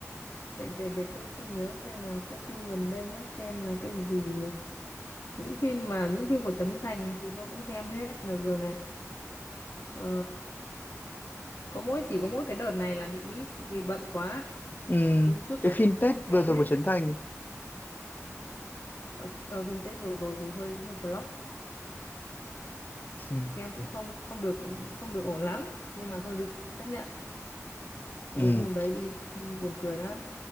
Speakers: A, on the left (about 55°); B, on the left (about 35°).
A: để để để tôi tôi nhớ xem nào cái phim gần đây nhất xem là cái gì nhỉ những phim mà những phim của Trấn Thành thì tôi cũng xem hết là rồi này ờ, có mỗi chỉ có mỗi cái đợt này là bị miss vì bận quá
B: ừ
A: chứ trước
B: cái
A: đấy
B: phim
A: là
B: Tết
A: cũng xem
B: vừa rồi
A: hết
B: của Trấn
A: đấy.
B: Thành
A: ở, ở phim Tết vừa rồi thì hơi hơi flop
B: Ừ.
A: xem cũng không không được không được ổn lắm nhưng mà thôi được chấp nhận Ôi,
B: Ừ.
A: hôm đấy đi xem buồn cười lắm